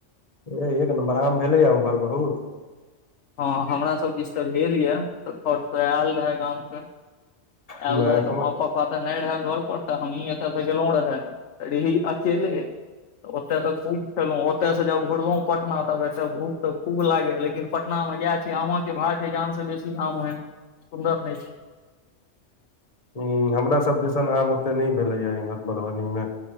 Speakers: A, on the left; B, on the left.
A: ए एक नम्बर आम भेलैए उमहर बहुत
B: हँ हमरा सब दिस तऽ भेल ये खर्स आयल रहय गांव से यदि
A: नहि हमर
B: हम। <unintelligible> पता नहि रहै घर पर, तऽ हमहीं एतय सँ गेलहुँ रहे, रिहा अकेले। ओतय तऽ खूब खेलहुँं ओतय से जब घुरलहुँ पटना तब एतऽ भूख तऽ खूब लागै लेकिपट पटना मे इ है छै आमा के भाड़ के जान से बेसी आम ओहन सुन्दर नहि छै
A: हू हमरा सब दिसन आम ओते नहि भेलैएह इमहर मधुबनी मे